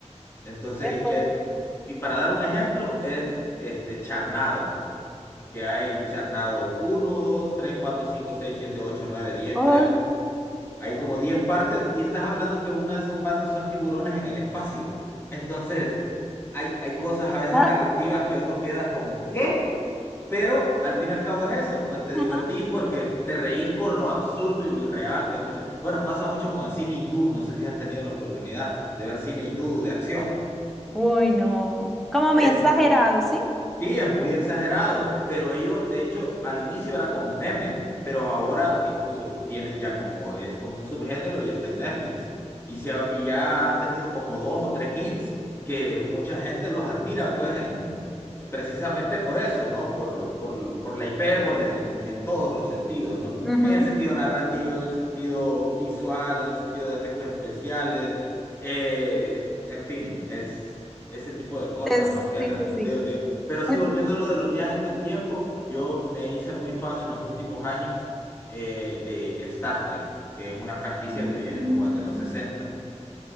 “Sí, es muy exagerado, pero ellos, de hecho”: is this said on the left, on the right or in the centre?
Left